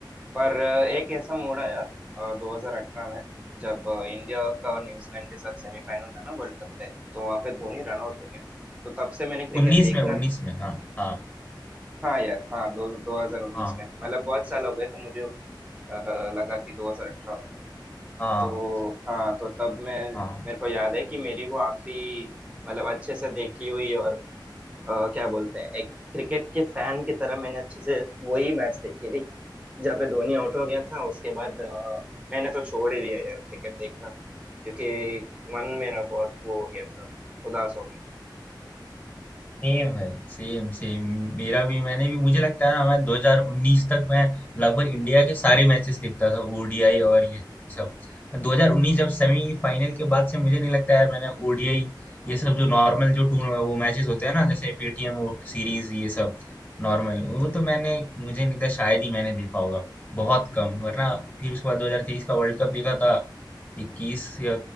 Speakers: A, on the right; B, on the left.
A: पर अ, एक ऐसा मोड़ आया अ, 2018 में जब अ, इंडिया का और न्यूजीलैंड के साथ सेमीफाइनल था ना वर्ल्ड कप में तो वहां पे धोनी रन आउट हो गया था तो तब से मैंने क्रिकेट
B: उन्नीस
A: देखना
B: में उन्नीस में हाँ हाँ
A: हाँ यार हाँ दो 2019
B: हाँ
A: में मतलब बहुत साल हो गए तो मुझे अ, लगा कि 2018 होगा
B: हाँ
A: तो हाँ तो तब मैं
B: हाँ
A: मेरे को याद है कि मेरी वो आखिरी मतलब अच्छे से देखी हुई और अ, क्या बोलते हैं एक क्रिकेट के फैन की तरह मैंने अच्छे से वही मैच देखी थी जहाँ पे धोनी आउट हो गया था उसके बाद अ, मैंने तो छोड़ ही दिया यार क्रिकेट देखना क्योंकि मन मेरा बहुत वो हो गया था उदास हो गया
B: सेम है सेम सेम मेरा भी मैंने भी मुझे लगता है ना मैं 2019 तक मैं लगभग इंडिया के सारे मैचेस देखता था ओडीआई और ये सब 2019 जब सेमीफाइनल के बाद से मुझे नहीं लगता यार मैंने ओडीआई ये सब जो नॉर्मल जो टूर वो मैचेस होते हैं ना जैसे पेटीएम सीरीज ये सब नॉर्मल वो तो मैंने मुझे नहीं लगता शायद ही मैंने देखा होगा बहुत कम वरना फिर उसके बाद 2023 का वर्ल्ड कप देखा था 21 या